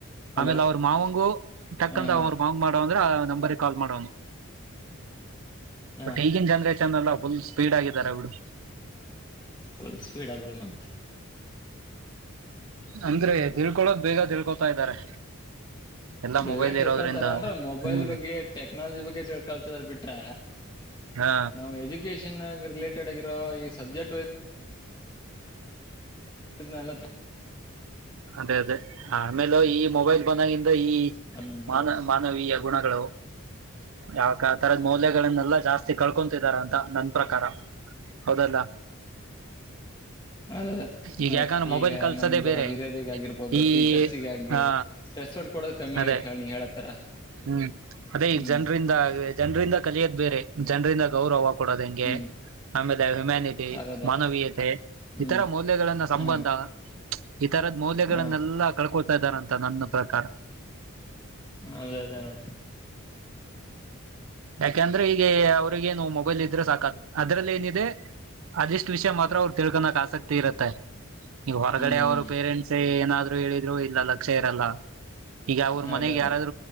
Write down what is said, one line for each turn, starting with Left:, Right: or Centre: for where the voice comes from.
Left: ಹಲೋ
Right: ಆಮೇಲೆ ಅವ್ರ ಮಾವಂಗ ಟಕ್ಕಂತ
Left: ಹಾ ಹಾ
Right: ಅವ್ರು ಮಾವಂಗ ಮಾಡೋ ನಂಬರ್ ಕಾಲ್ ಮಾಡ
Left: ಹಾ
Right: ಬ ಈಗ ಜನ ಲ್ಲ ಫುಲ್ ಸ್ಪೀಡ್ ಆಗಿದ್ದಾರೆ ಅವರು
Left: ಫುಲ್ ಸ್ಪೀಡ್ ಆ ಬಿಡ ಮತ್ತ
Right: ಅಂದ್ರೆ
Left: ಹ್ಮ್
Right: ತಿಳ್ಕೊಳಕ್ ಬೇಗ ತಿಳ್ಕೊತಾ ಇದ್ದಾರೆ ಎಲ್ಲಾ
Left: ಬೇಗ
Right: ಮೊಬೈಲ್
Left: ತಿಳ್ಕಲ್ತಾರ
Right: ಇರೋದ್ರಿಂದ
Left: ಅಂದ್ರ ಮೊಬೈಲ್
Right: ಹ್ಮ್
Left: ಬಗ್ಗೆ ಟೆಕ್ನಾಲಜಿ ಬಗ್ಗೆ ತಿಳ್ಕಲ್ತದಾರ ಬಿಟ್ರ
Right: ಹಾ
Left: ನಾವವು ಎಜುಕೇಶನ್ ಆ ರಿಲೇಟೆಡ್ ಆಗಿರೋ ಈ ಸಬ್ಜೆಕ್ಟ್ ಇ ನಲ್ಲ
Right: ಅದೇ ಅದೇ ಆಮೇಲೆ ಈ ಮೊಬೈಲ್ ಬಂದಾಗಿಂದ ಈ
Left: ಹ್ಮ್
Right: ಮಾನ ಮಾನವೀಯ ಗುಣಗಳು ಯಾವಕ ಆ ತರದ್ ಮೌಲ್ಯಗಳನ್ನೆಲ್ಲಾ ಜಾಸ್ತಿ ಕಳ್ಕೊಂತಿದಾರ ಅಂತ ನನ್ ಪ್ರಕಾರ ಹೌದಲ್ಲ
Left: ಅದ
Right: ಈಗ
Left: ಅದ
Right: ಯಾಕಂದ್ರೆ ಮೊಬೈಲ್
Left: ಈಗ
Right: ಕಲ್ಸೋದೇ
Left: ನಮ್ದು
Right: ಬೇರೆ
Left: ಹಿರಯ ಗ ಆಗಿರ್ಬಹುದು
Right: ಈ
Left: ಟೀಚರ್ಸ್ಗಾಗಿ
Right: ಹಾ
Left: ರೆಸ್ಪೆಕ್ಟ್ ಕೊಡೋದು ಕಮ್ಮಿ
Right: ಅದೇ
Left: ಆಗೈ ನೀ ಹೇಳತ್ತರ
Right: ಹ್ಮ್ ಅದೇ ಈಗ
Left: ಹ್ಮ್
Right: ಜನರಿಂದ ಜನರಿಂದ ಕಲಿಯೋದ್ ಬೇರೆ ಜನರಿಂದ ಗೌರವ ಕೊಡೋದು ಹೆಂಗೆ
Left: ಹ್ಮ್
Right: ಆಮೇಲೆ ಹ್ಯುಮ್ಯಾನಿಟಿ
Left: ಅದದೇ
Right: ಮಾನವೀಯತೆ
Left: ಹ್ಮ್
Right: ಇತರ ಮೌಲ್ಯಗಳನ್ನ ಸಂಬಂಧ
Left: ಹ
Right: ಈ ತರದ್ ಮೌಲ್ಯಗಳನ್ನೆಲ್ಲಾ
Left: ಹ ಹ
Right: ಕಳ್ಕೊತಾ ಇದ್ದಾರಂತ ನನ್ನ ಪ್ರಕಾರ
Left: ಅದೇ ಅದೇ ನೋಡಿ
Right: ಯಾಕಂದ್ರೆ ಈಗ ಅವ್ರಿಗ ಏನು ಮೊಬೈಲ್ ಇದ್ರೆ ಸಾಕತ್ ಅದ್ರಲ್ಲಿ ಏನಿದೆ ಅದಿಷ್ಟು ವಿಷಯ ಮಾತ್ರ ಅವರು ತಿಳ್ಕೊಕ್ ಆಸಕ್ತಿ ಇರುತ್ತೆ ನೀವು ಹೊರಗಡೆ
Left: ಹ್ಮ್ ಹ್ಮ್
Right: ಅವರು ಪೇರೆಂಟ್ಸ್ ಏನಾದ್ರು ಹೇಳಿದ್ರು ಇಲ್ಲ ಲಕ್ಷ ಇರಲ್ಲ ಈಗ ಅವ್ರ ಮನೆಗೆ
Left: ಅದೇ ಅದೇ
Right: ಯಾರಾದ್ರರು